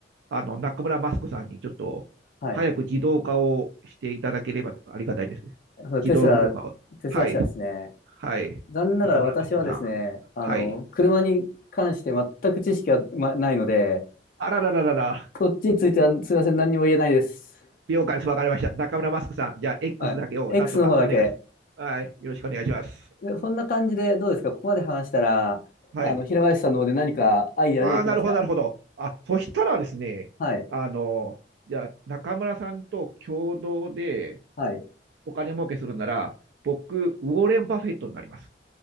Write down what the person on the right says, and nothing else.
あの、中村マスクさんにちょっと、
早く自動化をしていただければありがたいですね。
自動車を。
はい。はい。
中村マスクさん。
はい。
あららららら。
了解です。わかりました。中村マスクさん、じゃあ X
だけをなんとかお願いしますはい。
よろしくお願いします。
はい。
ああ、なるほど、なるほど。あ、そしたらですね、
あの、じゃあ中村さんと共同で
お金儲けするなら、僕、ウォーレン・バフェットになります。